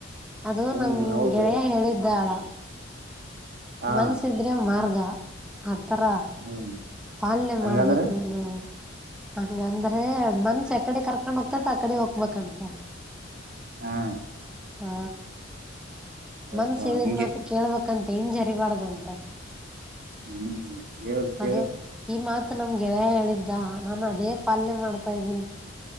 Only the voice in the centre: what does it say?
ಅದು
ನಮ್
ಗೆಳೆಯ ಹೇಳಿದ್ದಾಳ
ಮನಸ್ಸು ಇದ್ರೆ ಮಾರ್ಗ ಆತರ
ಪಾಲನೆ
ಮಾಡ್ಬೇಕು ನೀನು ಹಂಗಂದ್ರೆ ಮನಸ್ಸು ಯಾಕಡೆ ಕರ್ಕೊಂಡು ಹೋಗ್ತೇತ್ ಆಕಡೆ ಹೋಗ್ಬೇಕಂತೆ
ಹಾ
ಮನಸ್ಸು ಹೇಳಿದ್
ಮಾತ್ ಕೇಳ್ಬೇಕಂತ ಇಂಜರ್ ಜರಿಬರದಂತೆ
ಅದು ಈ ಮಾತ್ ನಮ್ ಗೆಳೆಯ ಹೇಳಿದ್ದ ನಾನು ಅದೇ ಪಾಲನೆ ಮಾಡ್ತಾ ಇದ್ದೀನಿ.